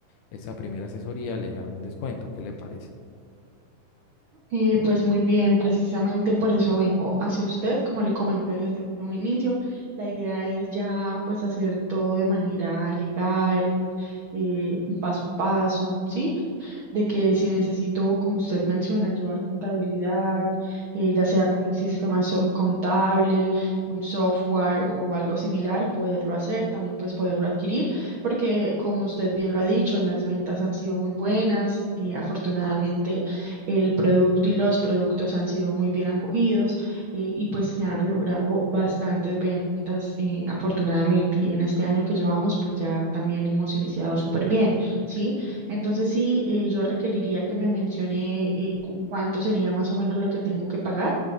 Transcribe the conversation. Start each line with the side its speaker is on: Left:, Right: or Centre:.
Left: esa primera asesoría le hago un descuento. ¿Qué le parece?
Right: Eh, pues muy bien, precisamente por eso vengo hacia usted, como le comenté desde un inicio, la idea es ya pues hacer todo de manera legal, eh, un paso a paso, ¿sí? de que si necesito, como usted menciona, llevar contabilidad, eh, ya sea con un sistema so- contable, un software o algo similar, poderlo hacer, también pues poderlo adquirir, porque como usted bien lo ha dicho, las ventas han sido muy buenas, y afortunadamente el producto y los productos han sido muy bien acogidos eh, y pues se han logrado bastantes ventas eh, afortunadamente y en este año que llevamos pues ya también hemos iniciado súper bien, ¿sí? Entonces sí, eh, yo requeriría que me mencione eh, cu- cuánto sería más o menos lo que tengo que pagar